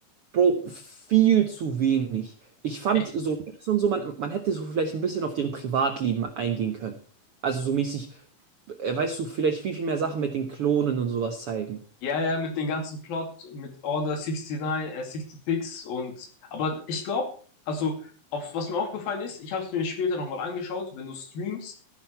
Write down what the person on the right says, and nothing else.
Bro, viel zu wenig. Ich fand
so Rex und so, man, man hätte so vielleicht ein bisschen auf deren Privatleben eingehen können. Also so mäßig, äh, weißt du, vielleicht viel, viel mehr Sachen mit den Klonen und sowas zeigen.